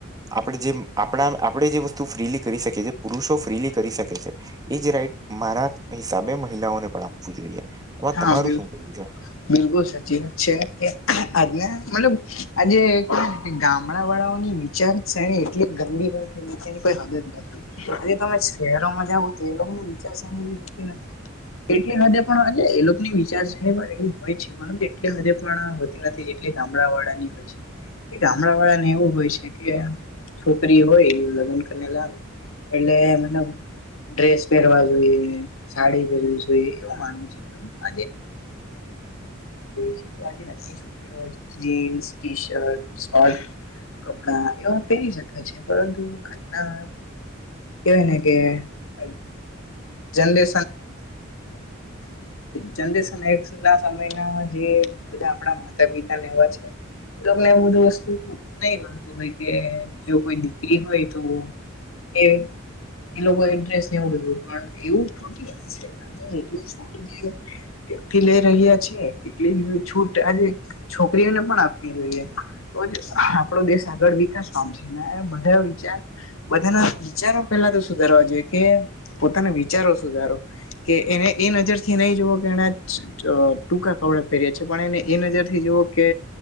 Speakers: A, on the right (about 20°); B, on the left (about 80°).
A: આપણે જે આપણા, આપણે જે વસ્તુ ફ્રીલી કરી શકે છે, પુરુષો ફ્રીલી કરી શકે છે. એ જ રાઈટ મારા હિસાબે મહિલાઓને પણ આપવું જોઈએ. એમાં
B: હા,
A: તમારું
B: બિલકુલ.
A: શું કેવું છે
B: બિલકુલ સાચી વાત છે, આજને મતલબ આજે કેવાય ને, ગામડા વાળાઓની ચર્ચા છે ને, એટલી ગંદી હોય છે, નીચેની કોઈ હદ નથી. આજે તમે શહેરોમાં જાવ. એની વિચારણી હોતી નથી, એટલી હદે પણ એ ની વિચાર એવી હોય છે, પણ એટલી હદે પણ હોતી નથી, જેટલી ગામડા વાળાની હોય છે. કે, ગામડાવાળા ને એવું હોય છે કે, છોકરી હોય એ લગ્ન કરીને લાવે. એલે એમ. ડ્રેસ પહેરવા જોઈએ, સાડી પહેરવી જોઈએ, એવું માનવું છે. રહી છે, તો આજે છોકરીઓ, જીન્સ, ટી-શર્ટ, શર્ટ. કપડા એવા પહેરી શકાય છે, પરંતુ આજના કને કે અ જનરેન એ જનરેશન એ ના સમયના જે બધા આપણા માતા પિતાને એવા છે. એલોકને એવું બધું વસ્તુ નહી ગમતું હોય કે જો કોઈ દીકરી હોય તો એ એ લોકો ઇન્ટરેસ્ટ નેવું બધુ પણ એવું ખોટી વાત છે, આજે જેટલી <unintelligible> વયકતી લઈ રહ્યા છે, એટલી છૂટ આજે છોકરીઓને પણ આપવી જોઈએ તો જ આપડો દેશ આગળ વિકાસ પામશે ને બધા વિચાર બધાના વિચારો પેલા તો સુધારવા જોઈએ કે પોતાના વિચારો સુધારો કે એને એ નજરથી નહી જોવો કે એના અ ટૂંકા કપડા પહેર્યા છે, પણ એને એ નજરથી જુઓ કે